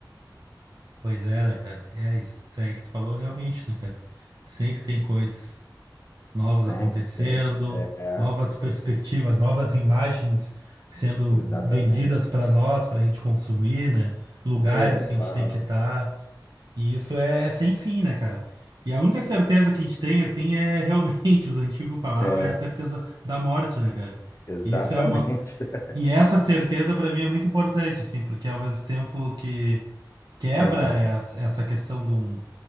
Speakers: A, on the right (about 65°); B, on the left (about 35°).
A: Pois é, né, cara? E é isso, isso aí que tu falou realmente, né, cara? Sempre tem coisas novas
B: Sempre,
A: acontecendo,
B: sempre. É,
A: novas perspectivas, novas imagens sendo
B: exatamente.
A: vendidas para nós, para a gente consumir, né? Lugares
B: Pô, nem
A: que
B: fala.
A: a gente tem que estar. E isso é sem fim, né, cara? E a única certeza que a gente tem, assim, é realmente, <laughs> os antigos falavam,
B: É,
A: é a certeza da morte, né, cara?
B: exatamente.
A: E isso é uma.
B: <laughs>
A: E essa certeza, para mim, é muito importante, assim, porque ao mesmo tempo que quebra
B: Ah,
A: essa essa questão de um,